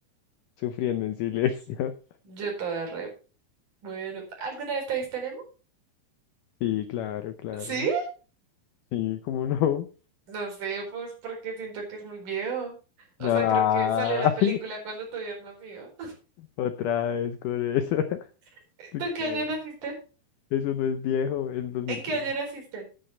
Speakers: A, on the left; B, on the right.
A: sufriendo en silencio. <laughs>
B: yo toda re. Bueno, ¿alguna vez te viste Nemo?
A: Sí, claro, claro.
B: ¿Sí?
A: Sí, cómo no.
B: No sé, pues porque siento que es muy viejo. O
A: Ah,
B: sea, creo que salió la película
A: <laughs>
B: cuando tú habías nacido.
A: otra vez con eso. <laughs>
B: <laughs>
A: ¿Tú
B: ¿Tú en qué
A: ¿Qué?
B: año naciste?
A: Eso no es viejo, es dos dos mil
B: ¿En qué
A: tres
B: año naciste?